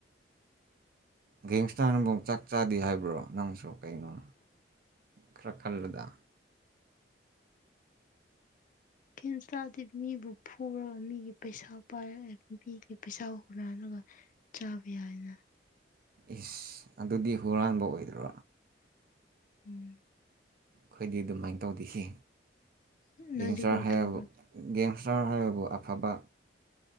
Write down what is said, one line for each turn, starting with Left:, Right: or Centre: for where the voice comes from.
Right: ꯒꯦꯡꯁꯇꯔꯅꯕꯨꯛ ꯆꯥꯛ ꯆꯥꯗꯦ ꯍꯥꯏꯕ꯭ꯔꯣ ꯅꯪꯁꯨ ꯀꯩꯅꯣ ꯈꯔ ꯈꯜꯂꯨꯗ
Left: ꯀꯦꯟꯁ꯭ꯇꯥꯗꯤ ꯃꯤꯕꯨ ꯐꯨꯔꯒ ꯃꯤꯒꯤ ꯄꯩꯁꯥ ꯄꯥꯏꯔ ꯑꯦ ꯃꯤꯒꯤ ꯄꯩꯁꯥ ꯍꯨꯔꯥꯜꯂꯒ ꯆꯥꯕ ꯌꯥꯏꯅ
Right: ꯏꯁ ꯑꯗꯨꯗꯤ ꯍꯨꯔꯥꯟꯕ ꯑꯣꯏꯗ꯭ꯔꯣ
Left: ꯎꯝ
Right: ꯈꯣꯏꯗꯤ ꯑꯗꯨꯃꯥꯏꯟ ꯇꯧꯗꯦꯍꯦ ꯒꯦꯡꯁꯇꯥꯔ
Left: ꯅꯣꯏꯗꯤ ꯀꯔꯤ
Right: ꯍꯥꯏꯔꯕꯣ
Left: ꯇꯧꯕ꯭ꯔꯥ
Right: ꯒꯦꯡꯁꯇꯔ ꯍꯥꯏꯕꯕꯨ ꯑꯐꯕ